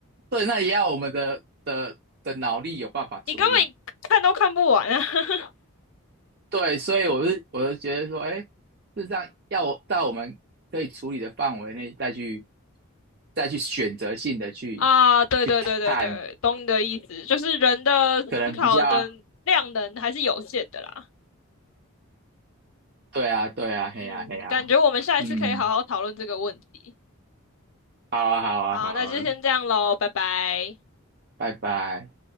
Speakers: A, on the right (about 45°); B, on the left (about 65°).
A: 对，那也要我们的的的脑力有办法处理。
B: 你根本看都看不完啊。<laughs>
A: 对，所以我是我就觉得说，哎，事实上要我在我们可以处理的范围内再去再去选择性的去
B: 啊，对对对对对，
A: 去看，
B: 懂你的意思，就是人的思考的量能还是有限的啦。
A: 可能比较对啊，对啊，嘿呀，
B: 嗯，
A: 啊嘿呀，
B: 感觉我们下一次可以好好讨论这个问题。
A: 啊嗯，好啊，好啊，
B: 好，
A: 好啊，
B: 那就先这样喽，拜拜。
A: 拜拜。